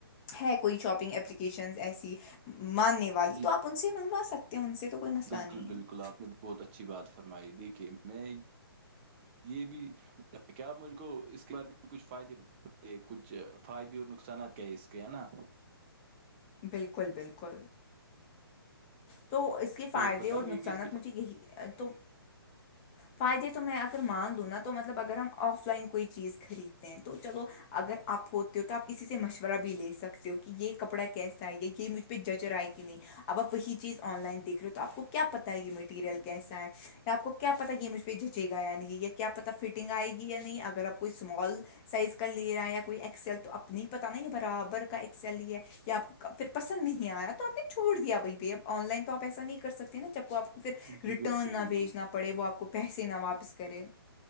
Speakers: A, on the left; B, on the right.
A: ہے کوئی شاپنگ اپلیکیشن ایسی ماننے والی
B: جی
A: تو
B: ب-
A: آپ ان سے منگوا سکتے ہیں ان سے تو کوئی مسئلہ
B: بالکل
A: نہیں ہے
B: بالکل آپ نے بہت اچھی بات فرمائی دیکھیے میں یہ بھی کیاپ میرے کو اس کے بارے میں کچھ فائدے ب کہ کچھ فائدے اور نقصانات کیا ہے اس کے ہے نا
A: بالکل بالکل تو اس کے فائدے
B: تو بتائیں
A: اور نقصانات
B: گے کہ اس کے فا-
A: مجھے یہی تو فائدے تو میں اگر مان لوں نا تو مطلب اگر ہم آف لائن کوئی چیز خریدتے ہیں تو چلو اگر آپ ہوتے ہو تو آپ کسی سے مشورہ بھی لے سکتے ہو کہ یہ کپڑا کیسا ہے یا یہ مجھ پزا چ رائی کینی اب آپ وہی چیز آن لائن دیکھ رہے ہو تو آپ کو کیا پتا ہے یہ مٹیریل کیسا ہے یا آپ کو کیا پتا یہ مجھ پہ جھچے گا نہیں یا کیا پتا فٹنگ آئے گی یا نہیں اگر آپ کوئی اسمال سائز کا لے رہا یا کوئی ایکس ایل تو اپنی پتا نہ ہے برابر کا ایکس ایل ہی ہے یا آپ کو پھر پسند نہیں آیا تو آپ نے چھوڑ دیا وہیں پہ اب آن لائن تو آپ ایسا نہیں کر سکتے نا جب کو آپ پھر
B: جی
A: ریٹرن
B: بالکل
A: نہ
B: بالکل
A: بھیجنا پڑے وہ آپ کو پیسے نہ واپس کرے